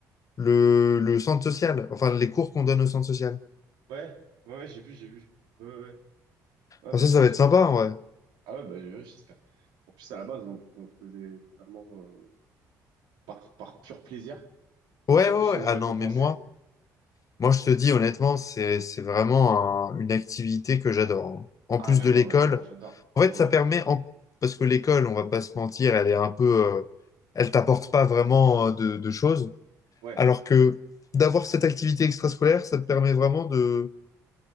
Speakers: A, on the left; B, on the right.
A: le, le centre social, enfin les cours qu'on donne au centre social.
B: ouais, ouais, ouais, j'ai vu, j'ai vu. Ouais, ouais, ouais, Ouais,
A: Enfin,
B: bah, j'ai,
A: ça, ça va
B: j'ai-
A: être sympa,
B: ouais.
A: ouais.
B: Ah ouais, bah, ouais, ouais, j'espère. En plus, à la base, on, on le faisait totalement euh, par, par pur plaisir.
A: Ouais,
B: Donc, si en
A: ouais,
B: plus
A: ouais.
B: on est
A: Ah
B: récompensé,
A: non, mais moi, moi, je te dis honnêtement, c'est, c'est vraiment un- une activité que j'adore. hein. En
B: ah,
A: plus
B: mais
A: de
B: moi,
A: l'école,
B: mais vraiment, j'adore.
A: en
B: Ouais,
A: fait,
B: ouais,
A: ça permet, en- parce que l'école, on va pas se mentir, elle est un peu, euh, elle t'apporte pas vraiment euh, de, de choses.
B: ouais,
A: Alors que d'avoir cette activité extrascolaire, ça te permet vraiment de,